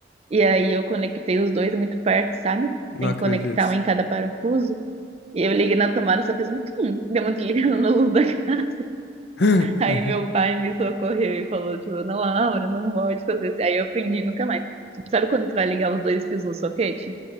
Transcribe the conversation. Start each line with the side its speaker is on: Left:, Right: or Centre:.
Right: e aí eu conectei os dois muito perto, sabe?
Left: Não
Right: Tem
Left: acredito.
Right: que conectar um em cada parafuso. E eu liguei na tomada, só fez um tum, deu uma <laughs> desligada na luz da casa.
Left: <laughs>
Right: Aí meu pai me socorreu e falou, tipo, não, Laura, não pode fazer isso. Aí eu aprendi nunca mais. Tipo, sabe quando tu vai ligar os dois fios no soquete?